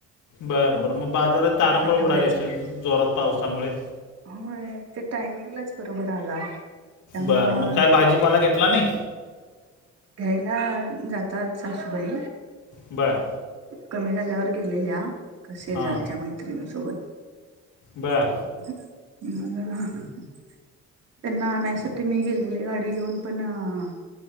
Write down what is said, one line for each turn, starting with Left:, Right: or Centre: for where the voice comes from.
Left: बर बर मग बाजारात तारांबळ
Right: आठवड्याचा
Left: उडाली असेल जोरात पावसामुळे.
Right: होय ते टायमिंगलाच बरोबर आला. त्यामुळं
Left: बरं मग काय भाजीपाला घेतला नाही?
Right: घ्यायला जातात सासूबाई.
Left: बर!
Right: कमी झाल्यावर गेलेल्या शेजारच्या
Left: हां
Right: मैत्रिणीसोबत.
Left: बर
Right: <inaudible> त्यांना आणायसाठी मी गेलेले गाडी घेऊन पण अ.